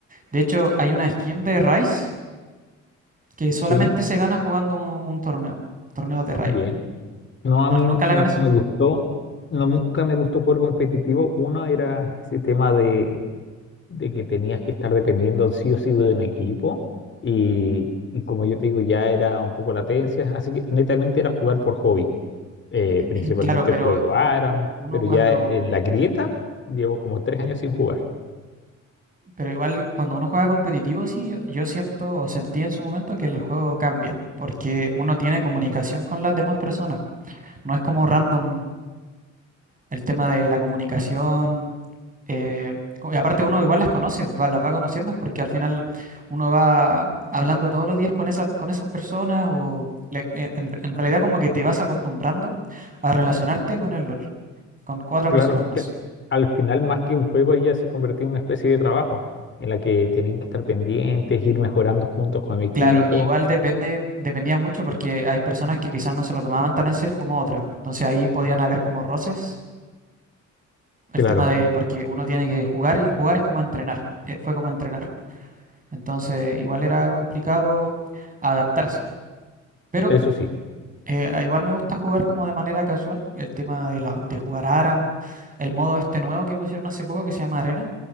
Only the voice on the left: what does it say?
Sí.
Bien. No, a
mí
no
me gustó, no, nunca me gustó jugar competitivo. Uno era ese tema de de que tenías que estar dependiendo sí o sí de un equipo y, y como yo te digo ya era un poco latencia, así que netamente era jugar por hobby, Eh,
principalmente
juego ARAM,
pero
ya en la grieta llevo como tres años sin jugar.
Claro.
Que Al final más que un juego ella se convirtió en una especie de trabajo en la que tenían que estar pendientes, ir mejorando juntos con mi equipo,
claro,
eso sí,